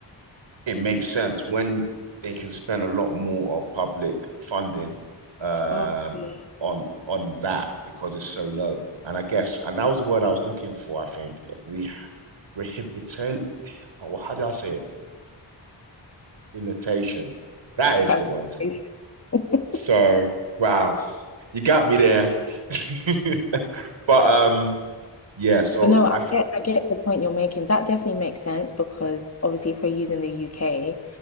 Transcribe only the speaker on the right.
it makes sense when they can spend a lot more of public funding um
on on that because it's so low. And I guess, and that was the word I was looking for, I think. Re rehabilitation. or How do I say it? Rehabilitation. That
is the word.
So, wow, you got me there. <laughs> But um, yeah, so
I think